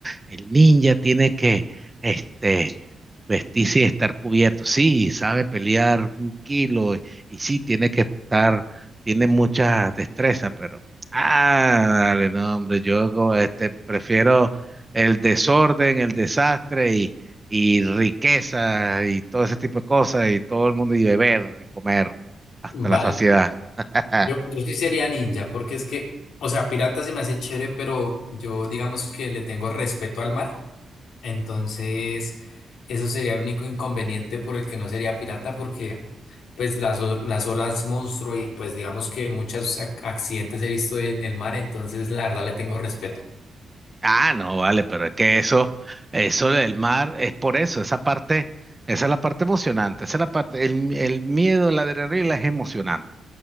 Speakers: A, on the right; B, on the left.
A: El ninja tiene que, este, vestirse y estar cubierto. Sí, sabe pelear un kilo y, y sí, tiene que estar, tiene mucha destreza, pero, ah, dale, no, hombre, yo como, este, prefiero el desorden, el desastre y, y riqueza y todo ese tipo de cosas y todo el mundo y beber y comer hasta
B: vale.
A: la saciedad. <laughs>
B: Yo, yo sí sería ninja, porque es que, o sea, pirata se me hace chévere, pero yo digamos que le tengo respeto al mar. Entonces, eso sería el único inconveniente por el que no sería pirata, porque pues las, o- las olas monstruo y pues digamos que muchos ac- accidentes he visto en el mar, entonces la verdad le tengo respeto.
A: Ah, no, vale, pero es que eso, eso del mar es por eso, esa parte, esa es la parte emocionante, esa es la parte, el, el miedo, la adrenalina es emocionante.